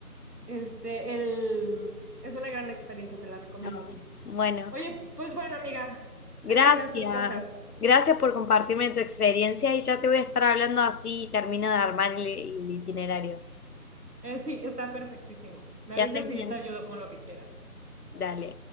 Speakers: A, on the right (about 85°); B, on the left (about 70°).
A: Este, el, es una gran experiencia, te la recomiendo.
B: no. Bueno,
A: Oye, pues bueno, amiga,
B: gracias.
A: hay que ir a hacer cosas.
B: Gracias por compartirme tu experiencia y ya te voy a estar hablando así y termino de armar el, el itinerario.
A: Eh, sí, está perfectísimo. Me
B: Que
A: avisas
B: andes bien.
A: y yo te ayudo con lo que quieras.
B: Dale.